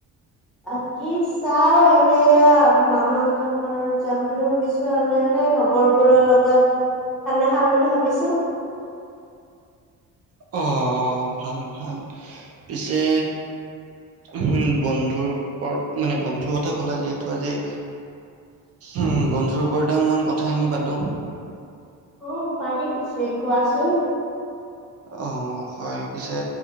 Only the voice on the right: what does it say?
অহ, ভাল ভাল পিছে উম বন্ধুৰ ওপৰত মানে বন্ধুৰ কথা কলে যিহেতু আজি উম বন্ধুৰ ওপৰতে অলপমান কথাখিনি পাতোঁ।
অহ হয় পিছে